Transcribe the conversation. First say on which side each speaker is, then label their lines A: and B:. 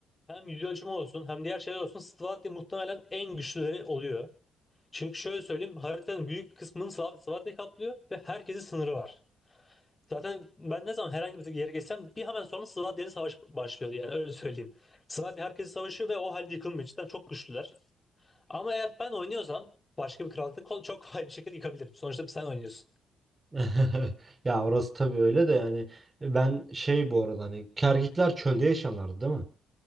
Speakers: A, on the left (about 20°); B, on the right (about 25°).
A: hem yüz ölçümü olsun hem diğer şeyler olsun Slavakya muhtemelen en güçlüleri oluyor. Çünkü şöyle söyleyeyim haritanın büyük kısmını Slav Slavakya kaplıyor ve herkesin sınırı var. Zaten ben ne zaman herhangi bir yere geçsem bir hemen sonra Slavakya savaş başlıyor yani öyle söyleyeyim. Slavakya herkesi savaşıyor ve o halde yıkılmıyor. Cidden çok güçlüler. Ama eğer ben oynuyorsam başka bir krallıkta kol çok kolay bir şekilde yıkabilirim. Sonuçta sen oynuyorsun.
B: <laughs> Ya orası tabii öyle de yani ben şey bu arada hani Kergitler çölde yaşanlardı değil mi?